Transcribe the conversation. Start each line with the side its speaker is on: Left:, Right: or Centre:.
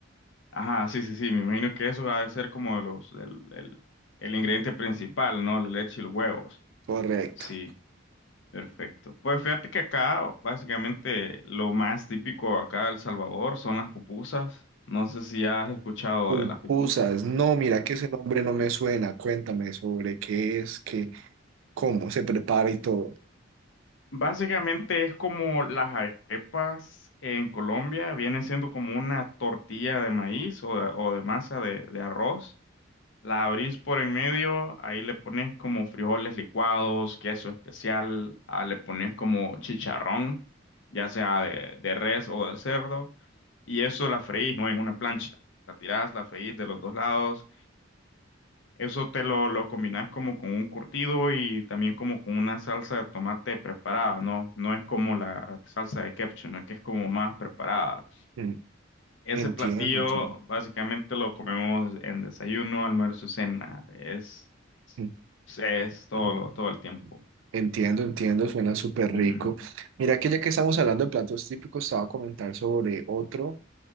Left: ajá, sí, sí, sí, me imagino que eso ha de ser como de los, el, el, el ingrediente principal, ¿no? La leche y los huevos.
Right: Correcto.
Left: Sí, perfecto. Pues fíjate que acá, básicamente, lo más típico acá de El Salvador son las pupusas. No sé si has escuchado
Right: Pupusas,
Left: de las pupusas.
Right: no, mira que ese nombre no me suena. Cuéntame sobre qué es, qué, cómo se prepara y todo.
Left: Básicamente es como las arepas en Colombia, viene siendo como una tortilla de maíz o de, o de masa de, de arroz. La abrís por en medio, ahí le pones como frijoles licuados, queso especial, ah, le pones como chicharrón, ya sea de, de res o de cerdo, y eso la freís, ¿no? En una plancha. La tirás, la freís de los dos lados eso te lo, lo combinas como con un curtido y también como con una salsa de tomate preparada, ¿no? No es como la salsa de ketchup, ¿no? Que es como más preparada.
Right: Mm,
Left: Ese
Right: Entiendo,
Left: platillo
Right: entiendo.
Left: básicamente lo comemos en desayuno, almuerzo y cena. Es,
Right: Mm,
Left: es todo,
Right: mm.
Left: lo- todo el tiempo.
Right: Entiendo, entiendo, suena súper rico.
Left: Ujú.
Right: Mira que ya que estamos hablando de platos típicos, estaba a comentar sobre otro